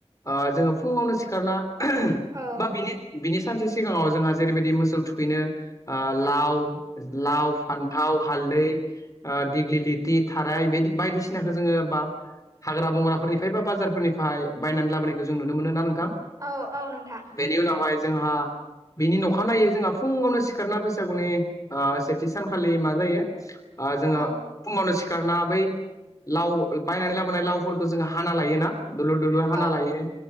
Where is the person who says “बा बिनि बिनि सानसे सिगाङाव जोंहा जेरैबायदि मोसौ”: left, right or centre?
Left